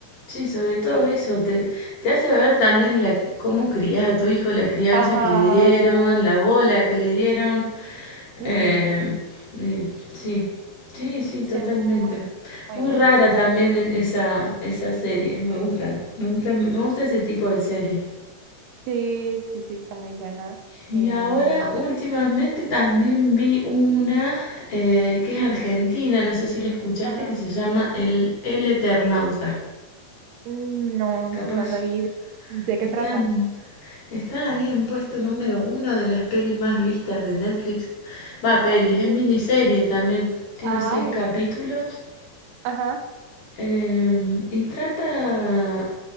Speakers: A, on the left; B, on the right.
A: sí, sobre todo
B: Pues,
A: eso, te, te hace ver también la, cómo crías a tu hijo, la crianza
B: ajá.
A: que le dieron, la bola que le dieron.
B: ujú,
A: eh, y sí, sí, sí,
B: Sí,
A: totalmente.
B: es muy, muy
A: Muy
B: buena,
A: rara
B: sí.
A: también e- esa, esa serie, me gustan, me gustan, me gusta ese tipo de series.
B: Sí, sí, sí, está muy buena.
A: Y
B: Eh,
A: ahora últimamente también vi una eh, que es
B: mm,
A: argentina, no sé si la escuchaste,
B: ah,
A: que se llama El, El Eternauta.
B: mm, no,
A: Capaz
B: no la vi. ¿De qué
A: están...
B: trata?
A: Está ahí en puesto número uno de las pelis más vistas de Netflix. Va, pelis,
B: Ah, qué
A: es
B: cool.
A: miniserie también. Tiene
B: Ay,
A: seis capítulos.
B: qué- ajá,
A: eh, y trata